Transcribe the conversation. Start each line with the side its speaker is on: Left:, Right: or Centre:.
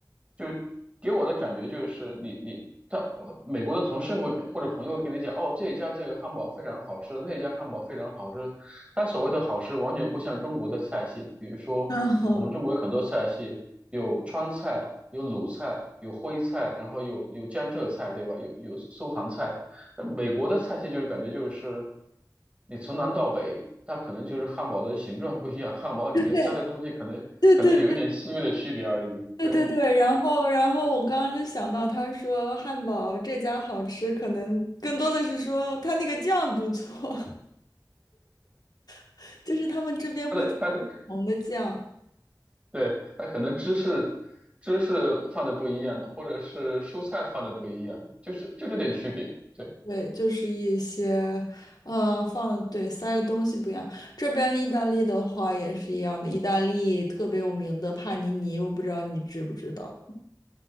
Right: 就给我的感觉就是你你他美国的同事会或者朋友会跟你讲，哦，这一家这个汉堡非常好吃，那一家汉堡非常好吃，它所谓的好吃，完全不像中国的菜系。比如说，
Left: 嗯，
Right: 我们中国有很多菜系，有川菜，有鲁菜，有徽菜，然后有有江浙菜，对吧？有有苏杭菜。那美国的菜系就是感觉就是你从南到北，它可能就是汉堡的形状不一样，汉堡里面塞的东西可能可能有一点细微的区别而已。
Left: 对对对对对对，
Right: 对，
Left: 然后然后我刚刚就想到，他说汉堡这家好吃，可能更多的是说他那个酱不错，<laughs> 就是他们这边会放不同的酱，
Right: 它的它的对，它可能芝士芝士放的不一样，或者是蔬菜放的不一样，就是就这点区别。对。
Left: 对，就是一些，嗯、放的对塞的东西不一样。这边意大利的话也是一样的，意大利特别有名的帕尼尼，我不知道你知不知道。